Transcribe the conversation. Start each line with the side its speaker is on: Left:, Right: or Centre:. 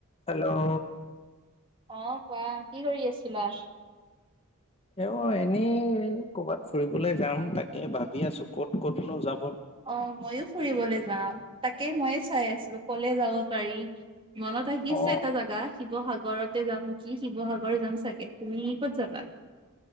Left: Hello
Right: অ কোৱা কি কৰি আছিলা
Left: এ অ এনেই কৰ'বাত ফুৰিবলৈ যাম তাকে ভাবি আছো ক'ত ক'তনো যাম
Right: অ ময়ো ফুৰিবলৈ যাম তাকে ময়ে চাই আছিলো কলে যাব পাৰি মনত আহিছে
Left: অ
Right: এটা জাগা শিৱসাগৰত তে যাম নেকি শিৱসাগৰ যাম চাগে তুমি ক'ত যাবা